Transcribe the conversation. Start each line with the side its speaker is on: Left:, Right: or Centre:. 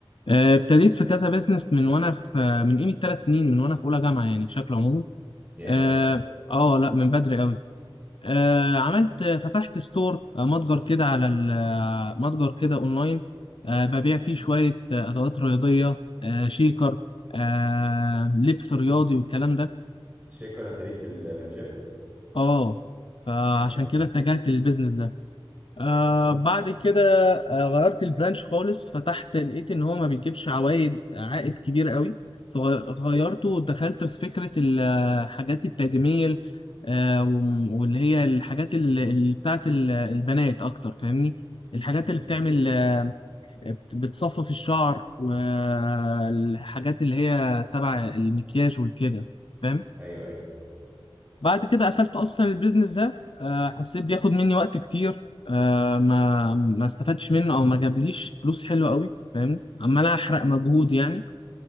Left: آه، ابتديت في كذا بيزنس من وانا في آه، من قيمه ثلاث سنين من وانا في اولى جامعه يعني بشكل عمومي
Right: يا
Left: اه آه، لا من بدري قوي آه عملت آه، فتحت ستور آه، متجر كده على ال- آه، متجر كده اونلاين آه ببيع فيه شويه آه، ادوات رياضيه آه شيكر آه لبس رياضي والكلام ده
Right: شيكر أنت ليك في ال في الجيم؟
Left: اه فعشان
Right: تمام
Left: كده اتجهت للبيزنس ده آه بعد كده آه غيرت البرانش خالص فتحت لقيت ان هو ما بيجيبش عوائد عائد كبير قوي فغيرته ودخلت في فكرة ال- آه، حاجات التجميل آه وم- واللي هي الحاجات ال- اللي بتاعت ال- البنات اكتر فاهمني الحاجات
Right: مهم.
Left: اللي بتعمل آه، بت- بتصفف الشعر والحاجات اللي هي تبع المكياج والكده فاهم
Right: أيوه أيوه
Left: بعد كده قفلت اصلا البيزنس ده آه، حسيت بياخد مني وقت كتير آه، ما ما استفدتش منه او ما جابليش فلوس حلوه قوي فاهمني عمال احرق مجهود يعني